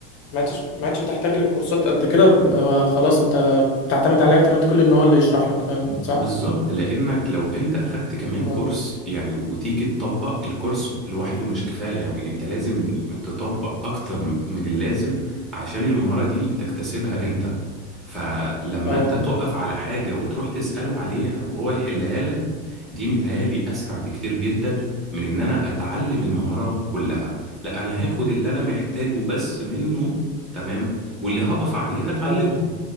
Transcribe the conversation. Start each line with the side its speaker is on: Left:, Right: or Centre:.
Left: ما عدتش ما عدتش بتحتاج للكورسات قد كده ب- آه، خلاص انت بتعتمد عليه اعتماد كلي ان هو اللي يشرح لك فاهم صح
Centre: بالظبط لانك لو انت اخدت كمان
Left: اه
Centre: كورس يعني وتيجي تطبق الكورس لوحده مش كفاية يعني انت لازم تطبق اكتر من اللازم عشان المهارة دي تكتسبها انت فلما
Left: اه
Centre: انت تقف على حاجة وتروح تسأله عليها وهو يحلها لك دي متهيالي اسرع بكتير جدا من ان انا اتعلم المهارة كلها لا انا هاخد اللي انا محتاجه بس منه تمام واللي هقف عليه هتعلمه
Left: اه